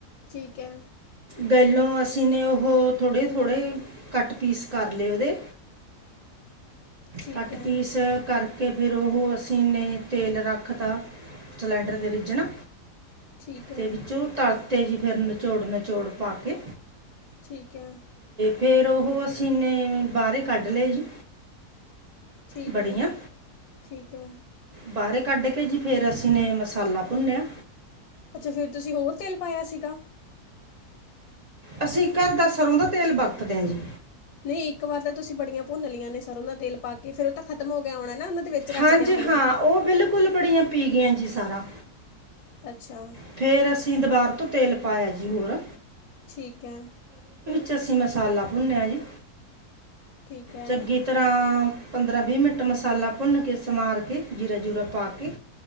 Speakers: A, on the left; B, on the right.
A: ਠੀਕ ਹੈ
B: ਪਹਿਲੋਂ ਅਸੀਂ ਨੇ ਉਹ ਥੋੜੇ-ਥੋੜੇ ਕੱਟ ਪੀਸ ਕਰ ਲਏ ਉਹਦੇ।
A: <inaudible> ਠੀਕ
B: ਕੱਟ
A: ਹੈ
B: ਪੀਸ ਕਰ ਕਿ ਫਿਰ ਉਹ ਅਸੀਂਨ ਨੇ ਤੇਲ ਰੱਖ ਤਾ ਸਿਲੰਡਰ 'ਤੇ ਰਿੱਝਣਾ
A: ਠੀਕ ਹੈ
B: ਤੇ ਵਿੱਚੋਂ ਤਰਤੇ ਜੀ ਫਿਰ ਨਿਚੋੜ ਨਚੋੜ ਪਾ ਕੇ
A: ਠੀਕ ਹੈ।
B: ਫੇਰ ਉਹ ਅਸੀਂਨੇ ਬਾਹਰੇ ਕੱਢ ਲਏ ਜੀ
A: ਠੀਕ
B: ਬੜੀਆਂ
A: ਹੈ- ਠੀਕ ਹੈ।
B: ਬਾਹਰ ਕੱਢ ਕੇ ਜੀ ਫਿਰ ਅਸੀਂ ਨੇ ਮਸਾਲਾ ਭੁੰਨਿਆ
A: ਅੱਛਾ ਫਿਰ ਤੁਸੀਂ ਹੋਰ ਤੇਲ ਪਾਇਆ ਸੀਗਾ।
B: ਅਸੀਂ ਘਰ ਦਾ ਸਰ੍ਹੋਂ ਦਾ ਤੇਲ ਵਰਤਦੇ ਹਾਂ ਜੀ।
A: ਨਹੀਂ ਇੱਕ ਵਾਰ ਤਾਂ ਤੁਸੀਂ ਬੜੀਆਂ ਭੁੰਨ ਲਈੀਆਂ ਨੇ ਸਰੋਂ ਦਾ ਤੇਲ ਪਾ ਕੇ ਫਿਰਰ ਉਹ ਤਾਂ ਖਤਮ ਹੋ ਗਿਆ ਹੋਣਾ ਨਾ ਉਹਨਾਂ ਦੇ ਵਿੱਚ ਰਚ
B: ਹਾਂਜੀ
A: ਗਿਆ ਹੋਣਾ
B: ਹਾਂ, ਉਹ ਬਿਲਕੁਲ ਬੜੀਆਂ ਪੀ ਗਈਆਂ ਜੀ ਸਾਰਾ।
A: ਅੱਛਾ।
B: ਫਿਰ ਅਸੀਂ ਦੁਬਾਰਾ ਤੋਂ ਤੇਲ ਪਾਇਆ ਜੀ ਹੋਰ।
A: ਠੀਕ ਹੈ।
B: ਚ ਅਸੀਂ ਮਸਾਲਾ ਭੁੰਨਿਆ ਜੀ।
A: ਠੀਕ ਹੈ
B: ਚੰਗੀ ਤਰ੍ਹਾਂ ਪੰਦਰਾਂ ਵੀਹ ਮਿੰਟ ਮਸਾਲਾ ਭੁੰਨ ਕੇ ਸੰਵਾਰ ਕੇ ਜੀਰਾ-ਜੀਰਾ ਪਾ ਕੇ।